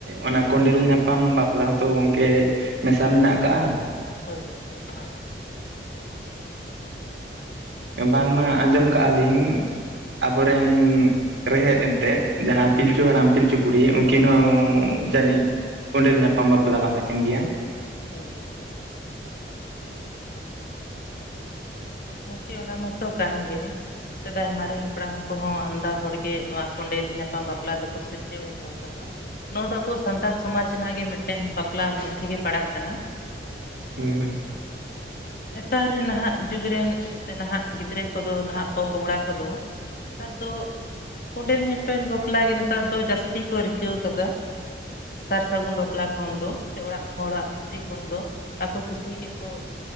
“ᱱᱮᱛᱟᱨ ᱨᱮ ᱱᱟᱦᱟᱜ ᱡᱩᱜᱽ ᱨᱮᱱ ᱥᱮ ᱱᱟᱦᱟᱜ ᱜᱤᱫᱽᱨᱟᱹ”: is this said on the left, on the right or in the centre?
Left